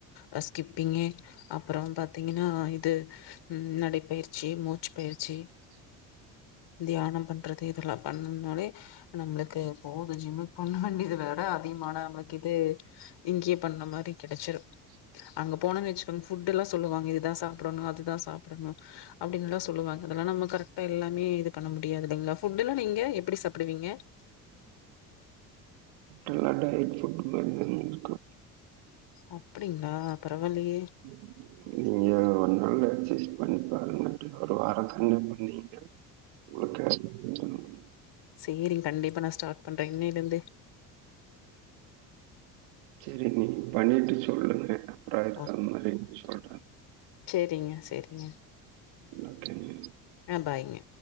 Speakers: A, on the left; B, on the right.
A: ஆ ஸ்கிப்பிங்கு அப்பறம் பாத்தீங்கன்னா இது ம் நடைப்பயிற்சி மூச்சு பயிற்சி தியானம் பண்றது இதெல்லா பண்ணதுனாலே நம்மளுக்கு க்கு போகுது ஜிம்முக்கு பண்ண வேண்டியது விட அதிகமானா நமக்கு இது இங்கயே பண்ண மாரி கெடைச்சிடு அங்க போன வச்சிக்கோங்க புட்டுல்லா சொல்லுவாங்க இதுதா சாப்பிடணு அதுதா சாப்பிடணு அப்டின்னுல்லா சொல்லுவாங்க அதெல்லா நம்ம கரெக்டா எல்லாமே இது பண்ண முடியாது இல்லைங்களா ஃபுட்டுன்னா நீங்க எப்டி சாப்டுவீங்க <inaudible>
B: எல்லா டயட் பூட் மாரிதா இருக்கு
A: அப்டிங்களா பரவாலயே
B: ம் நீங்க ஒரு நாள் எக்ஸர்சைஸ் பண்ணிப்பாருங்க ஒரு வார கன்டினு பண்ணீங்க உங்களுக்கே <unintelligible>
A: சேரிங்க கண்டிப்பா நா ஸ்டார்ட் பண்ற இன்னைல இருந்தே
B: செரி நீங்க பண்ணிட்டு சொல்லுங்க பிராயத்திர
A: ஓ!
B: மாரி சொல்றே
A: சரிங்க, சரிங்க.
B: நன்றிங்க
A: ஆ பாய்ங்க